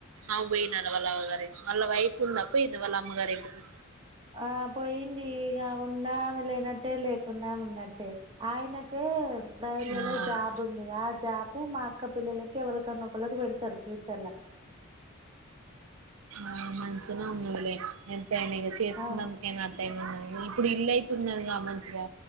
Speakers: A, on the right (about 85°); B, on the right (about 25°).
A: అ పోయిన వాళ్ళ అవ్వగారు వాళ్ళ వైఫ్ ఉంద పోయిందా వాళ్ళ అమ్మగారు ఇంటికి
B: ఆ పోయింది ఇక ఉన్నా లేనట్టే లేకున్నా ఉన్నట్టే ఆయనకు రైల్వే
A: ఆ
B: లో జాబ్ ఉంది ఆ జాబ్ అప్పు మా అక్క పిల్లలకి <unintelligible> పెడతారు ఫ్యూచర్లా
A: ఆ మంచిగా ఉన్నదులే ఎంతని ఇక చేసుకుంటే
B: ఆ
A: అందుకేనా అట్టయిన ఉన్నది ఇప్పుడు ఇల అయితుందిదిగా మంచిగా